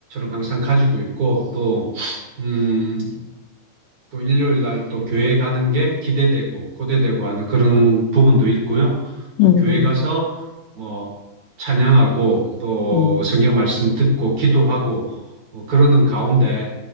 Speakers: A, on the right; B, on the left.
A: 항상 가지고 있고 또 음, 또 일요일 날 또 교회 가는 게 기대되고 고대되고 하는 그런 부분도 있고요. 또
B: 음,
A: 교회
B: 음,
A: 가서 뭐 찬양하고 또
B: 음,
A: 성경 말씀 듣고 기도하고 뭐 그러는 가운데